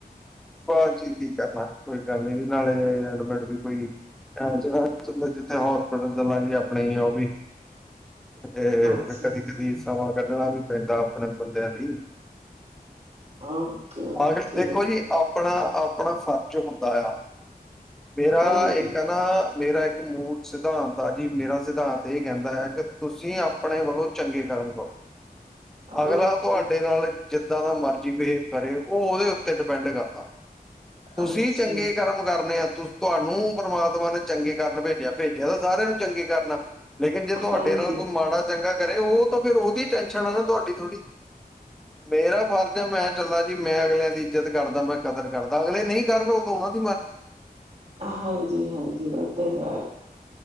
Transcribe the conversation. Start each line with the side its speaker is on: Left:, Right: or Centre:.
Centre: ਬਾਅਦ ਚ ਠੀਕ ਹੈ ਕੋਈ ਗੱਲ ਨੀ ਇਹਦੇ ਨਾਲੇ ਐਡਮਡ ਵੀ ਪਈ ਜਿੱਥੇ, ਹੋਸਪਿਟਲ ਦੇ ਲਾਗੇ ਈ ਆਪਣੇ ਹੀ ਆ ਉਹ ਵੀ। ਇਹ
Right: ਅੱਛਾ-ਅੱਛਾ
Centre: ਫ ਕਦੀ, ਕਦੀ ਸਮਾਂ ਕੱਢਣਾ ਵੀ ਪੈਂਦਾ ਆਪਣੇ ਬੰਦਿਆਂ ਲਈ।
Right: ਓਕੇ-ਓਕੇ
Centre: ਆਖਰ ਦੇਖੋ ਜੀ, ਆਪਣਾ -ਆਪਣਾ ਫ਼ਰਜ਼ ਹੁੰਦਾ ਆ ਮੇਰਾ
Right: ਹਾਂਜੀ
Centre: ਇੱਕ ਹੈ ਨਾ ਮੇਰਾ ਇੱਕ ਮੂਲ ਸਿਧਾਂਤ ਆ ਜੀ ਮੇਰਾ ਸਿਧਾਂਤ ਇਹ ਕਹਿੰਦਾ ਹੈ ਕਿ ਤੁਸੀਂ ਆਪਣੇ ਵੱਲੋਂ ਚੰਗੇ ਕਰਮ ਕਰੋ
Right: ਓਕੇ
Centre: ਅਗਲਾ ਤੁਹਾਡੇ ਨਾਲ ਜਿੱਦਾਂ ਦਾ ਮਰਜ਼ੀ ਬਿਹੇਵ ਕਰੇ ਉਹ ਉਹਦੇ ਉੱਤੇ ਡਿਪੈਂਡ ਕਰਦਾ, ਤੁਸੀਂ
Right: ਅੱਛਾ
Centre: ਚੰਗੇ ਕਰਮ ਕੰਮ ਕਰਨੇ ਆ ਤੁਸੀਂ, ਤੁਹਾਨੂੰ ਪਰਮਾਤਮਾ ਨੇ ਚੰਗੇ ਕਰਨ ਭੇਜਿਆ, ਭੇਜਿਆ ਤਾਂ ਸਾਰਿਆਂ ਨੂੰ ਚੰਗੇ ਕਰਨ ਲੇਕਿਨ ਜੇ ਤੁਹਾਡੇ
Right: ਹਾਂਜੀ,
Centre: ਨਾਲ ਕੋਈ ਮਾੜਾ ਚੰਗਾ ਕਰੇ ਉਹ ਤਾਂ ਫਿਰ ਉਹਦੀ ਟੈਨਸ਼ਨ ਆ ਨਾ ਤੁਹਾਡੀ ਥੋੜ੍ਹੀ ਮੇਰਾ ਫਰਜ਼ ਹੈ ਮੈਂ ਚੱਲਾ ਜੀ, ਮੈਂ ਅਗਲਿਆਂ ਦੀ ਇੱਜਤ ਕਰਦਾ ਮੈਂ ਕਦਰ ਕਰਦਾ, ਅਗਲੇ ਨਹੀਂ ਕਰਨ ਉਹ ਉਹਨਾਂ ਦੀ ਮਰਜ਼ੀ
Right: ਹਾਂਜੀ-ਹਾਂਜੀ ਉਹ ਤੇ ਹੈ,